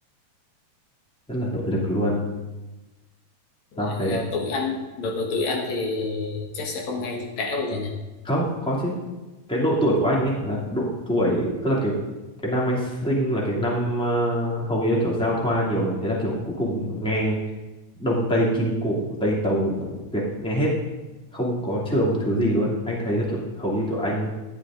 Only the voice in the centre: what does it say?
rất là nội lực luôn
tao thấy
không có chứ cái độ tuổi của anh ấy là độ tuổi tức là cái cái năm anh sinh là cái năm ờ, hầu như là kiểu giao thoa nhiều mà thế là kiểu cuối cùng nghe Đông Tây Kim Cổ Tây Tàu Việt nghe hết không có chừa một thứ gì luôn anh thấy là kiểu hầu như kiểu anh